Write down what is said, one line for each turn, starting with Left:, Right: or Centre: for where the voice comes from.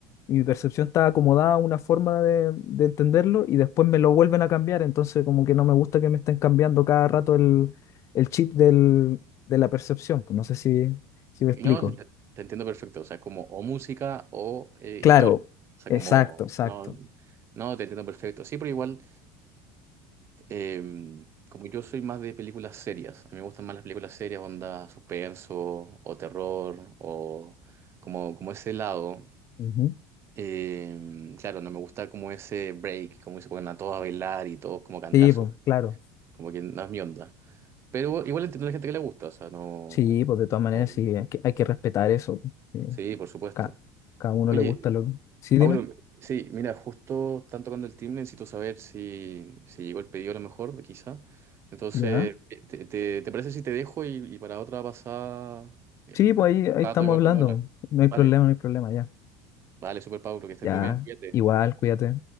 Left: mi percepción está acomodada a una forma de, de entenderlo y después me lo vuelven a cambiar. Entonces, como que no me gusta que me estén cambiando cada rato el, el chip del, de la percepción. pues, No sé si, si me
Right: Y
Left: explico.
Right: no, sí, te, te entiendo perfecto, o sea, como o música o eh,
Left: Claro,
Right: historia. O sea,
Left: exacto,
Right: como,
Left: exacto.
Right: no, no, te entiendo perfecto. Sí, pero igual, eh, como yo soy más de películas serias, a mí me gustan más las películas serias, onda suspenso o terror o como, como ese lado.
Left: Ujú.
Right: Eh, claro, no me gusta como ese break, como que se ponen a todos a bailar y todos como a cantar,
Left: Sí, pues, claro.
Right: como que no es mi onda. Pero igual entiendo a la gente que le gusta, o sea, no...
Left: Sí, pues de todas maneras
Right: Obvio.
Left: sí, hay que, hay que respetar eso. sí.
Right: Sí, por supuesto.
Left: Ca-
Right: Claro.
Left: cada uno
Right: Oye,
Left: le gusta lo que... Sí,
Right: Pablo,
Left: dime.
Right: sí, mira, justo están tocando el timbre, necesito saber si, si llegó el pedido a lo mejor, quizá. Entonces,
Left: Ya.
Right: eh, ¿te, te- te parece si te dejo y, y para otra pasada, eh,
Left: Sí,
Right: un
Left: pues ahí, ahí
Right: rato
Left: estamos
Right: igual
Left: hablando.
Right: podemos hablar?
Left: No hay
Right: Vale,
Left: problema, no hay problema, ya.
Right: vale, super Pablo, que estés
Left: Ya.
Right: muy bien, cuídate.
Left: Igual, cuídate.